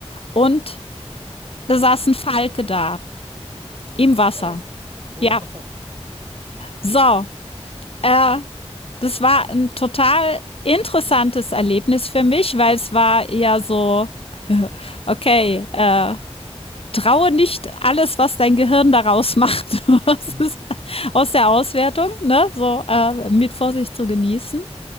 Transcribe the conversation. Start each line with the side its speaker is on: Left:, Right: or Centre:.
Left: Und da saß ein Falke da im Wasser.
Right: Was? Boah.
Left: Ja, so. Äh, das war ein total interessantes Erlebnis für mich, weil es war eher so: <laughs> „Okay, äh, traue nicht alles, was dein Gehirn daraus macht, <laughs> aus
Right: Mhm.
Left: es aus der Auswertung, ne, so, äh, mit Vorsicht zu genießen.“